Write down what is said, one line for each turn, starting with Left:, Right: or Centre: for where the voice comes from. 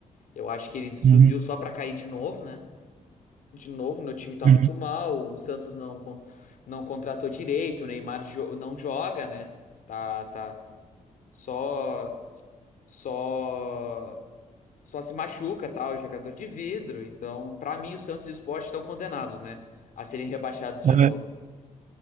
Left: Eu acho que ele subiu
Right: Uhum,
Left: só pra cair de novo, né? De novo, meu time tá
Right: uhum.
Left: muito mal, o Santos não, con- não contratou direito, o Neymar jo- não joga, né? Tá, tá. Só. só só se machuca, tal, é jogador de vidro. Então, pra mim, o Santos e o Sport estão condenados, né, a serem rebaixados de
Right: Ah,
Left: novo.